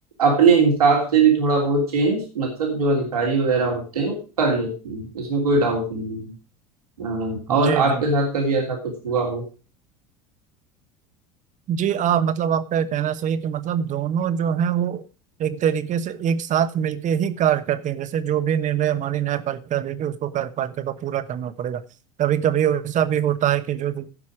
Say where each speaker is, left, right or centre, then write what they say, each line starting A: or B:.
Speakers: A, on the right; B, on the right.
A: अपने हिसाब से भी थोड़ा बहुत चेंज मतलब जो अधिकारी वगैरह होते हैं वो कर लेते हैं इसमें कोई डाउट नहीं है अ, और
B: जी
A: आपके
B: जी
A: साथ कभी ऐसा कुछ हुआ हो
B: जी आप मतलब आपका ये कहना सही है कि मतलब दोनों जो हैं वो एक तरीके से एक साथ मिलके ही कार्य करते हैं जैसे जो भी निर्णय हमारी न्यायपालिका देगी उसको कार्यपालिका को पूरा करना पड़ेगा कभी कभी ऐसा भी होता है कि जो अ,